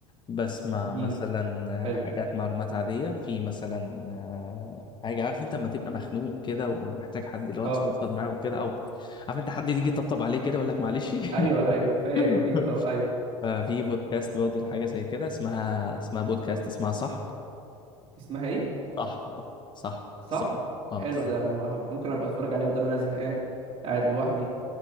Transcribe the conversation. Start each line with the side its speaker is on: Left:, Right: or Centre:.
Left: بسمع
Right: ديني
Left: مثلا
Right: حلو
Left: حاجات معلومات عادية في مثلا آه، حاجة عارف انت لما تبقى مخنوق كده ومحتاج حد اللي هو
Right: اه
Left: تفضفض معاه وكده او عارف انت حد يجي يطبطب عليه كده يقول لك معلش <laughs>
Right: ايوه ايوه فاهم اكيد اه ايوه
Left: ففي بودكاست برضه لحاجة زي كده اسمها اسمها بودكاست اسمها صاحب
Right: اسمها ايه
Left: صاحب صاحب
Right: صاحب
Left: صاحب اه
Right: حلو ده انا هبقى ممكن ابقى اتفرج عليها بدل ما انا زهقان قاعد لوحدي